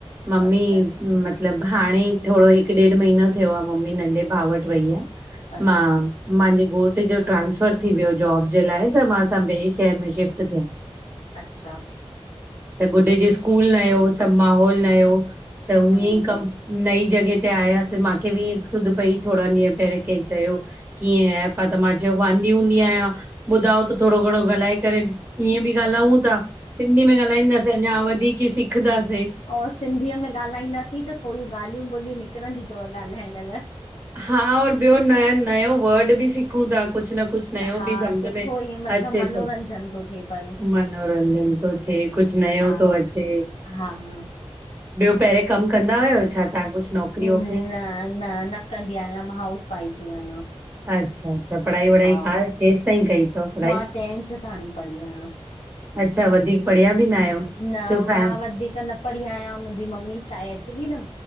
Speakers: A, on the right (about 20°); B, on the left (about 75°).
A: मम्मी
B: अच्छा
A: मतलबु हाणे थोङो हिकु ॾेढ महीनो थियो आ, मम्मी नंढे भाउ वटि वई आ।
B: अच्छा
A: मां मांहिंजे घोट जो ट्रांसफर थी वियो जॉब जे लाइ त मां सब ॿिए शहर में शिफ्ट थियां।
B: अच्छा
A: त गुॾडे जे स्कूल नयो, सब माहोल नयो, त इंए
B: हम्म
A: ई कम नई जॻह ते आयासीं मांखे बि अ सूदध पई थोङा ॾींहं पहिरियों कैं चयो कि इंअं एप आ त मां चयो वांदी हूंदी आहियां ॿुधाओ त थोङो घणो ॻालाए ईअं बि ॻाल्हायूं था, सिंधी में ॻाल्हाईंदासीं अंञा वधीक ई सिखदाासीं।
B: अंउ सिंधीअ में ॻाल्हाईंदासीं त थोङियूं ॻाल्हियूं ॿोलियूं निकिरंदी थव ॻाल्हाइण लाए।
A: हा और ॿयो नयो नयो वर्ड बि सिखियो सिखूं था, कुछ न कुछ नयो
B: हा
A: बि सम्झ
B: सुठो
A: में
B: ईअं मतिलबु
A: अचे
B: मनोरंजन
A: थो।
B: थो थिए पियो
A: मनोरंजन तो थिए, कुछ नयो
B: हा
A: थो अचे।
B: हा ह
A: ॿियों पहिरियों कमु कंदा हुयोव छा? तव्हां कुझु नौकिरी
B: न
A: वौकिरी
B: न न, न कंदी आहियां, मां हाउस वाइफ इ आहियां।
A: अच्छा अच्छा, पढ़ाई वढ़ाई
B: हा
A: क केसि ताईं कई थव पढ़ाई?
B: मां टेंथ ताणी पढ़ी आहियां।
A: अच्छा वधीक पढ़िया बि न आहियो।
B: न
A: छो
B: मां
A: फैम
B: वधिक न पढ़ी आहियां, मुंहिंजी मम्मी छा आहे अकचुलि न